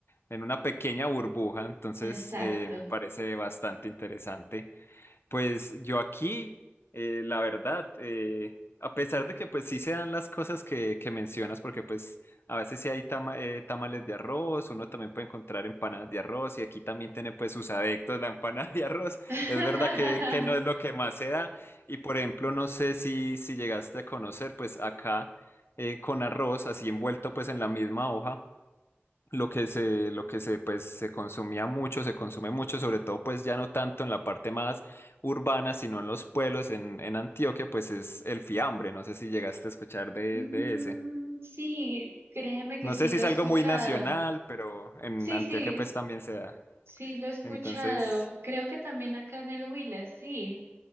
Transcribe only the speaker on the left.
en una pequeña burbuja, entonces
eh, me parece bastante interesante. Pues yo aquí, eh, la verdad, eh, a pesar de que pues sí se dan las cosas que, que mencionas, porque pues a veces sí hay tama- eh, tamales de arroz, uno también puede encontrar empanadas de arroz y aquí también tiene pues sus adeptos la empanada de arroz.
Es verdad que, que no es lo que más se da y por ejemplo, no sé si, si llegaste a conocer pues acá eh, con arroz así envuelto pues en la misma hoja lo que se, lo que se, pues, se consumía mucho, se consume mucho, sobre todo, pues, ya no tanto en la parte más urbana, sino en los pueblos, en, en Antioquia, pues, es el fiambre. No sé si llegaste a escuchar de,
de ese.
No
sé
si es
algo muy nacional, pero en
Antioquia,
pues, también se da.
Entonces,